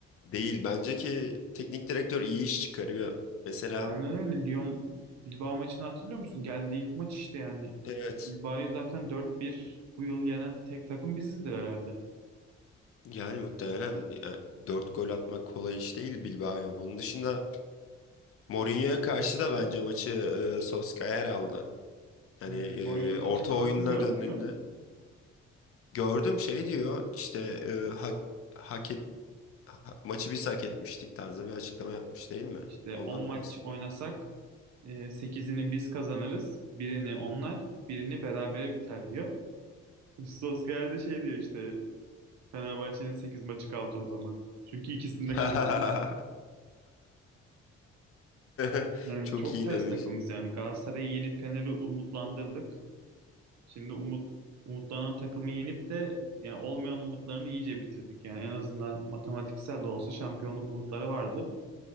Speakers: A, on the left; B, on the right.
A: Değil. Bence ki teknik direktör iyi iş çıkarıyor. Mesela
B: Aynen öyle. Lyon Bilbao maçını hatırlıyor musun? Geldiği ilk maç işte yani.
A: evet.
B: Bilbao'yu zaten 4-1 bu yıl yenen tek takım bizizdir herhalde.
A: Yani muhtemelen e, dört gol atmak kolay iş değil Bilbao'ya. Onun dışında Mourinho'ya karşı da bence maçı e, Solskjaer aldı. Hani
B: Hmm,
A: e,
B: Mourinho'nun
A: orta
B: açıklamasını
A: oyununa
B: gördün
A: döndüğünde
B: mü?
A: gördüm şey diyor işte e, hak, hak et, ha- maçı biz hak etmiştik tarzı bir açıklama yapmış değil mi?
B: İşte
A: Ondan
B: 10 maç
A: mı
B: oynasak e, 8'ini biz kazanırız. Birini onlar, birini berabere biter diyor. Solskjaer de şey diyor işte Fenerbahçe'nin 8 maçı kaldı o zaman. Çünkü ikisini de kazandık.
A: bahsediyorsun? <laughs>
B: Yani
A: Çok
B: çok
A: iyi
B: ters
A: demiş.
B: takımız yani. Galatasaray'ı yenip Fener'i umutlandırdık. Şimdi umut umutlanan takımı yenip de yani olmayan umutlarını iyice bitirdik. Yani en azından matematiksel de olsa şampiyonluk umutları vardı.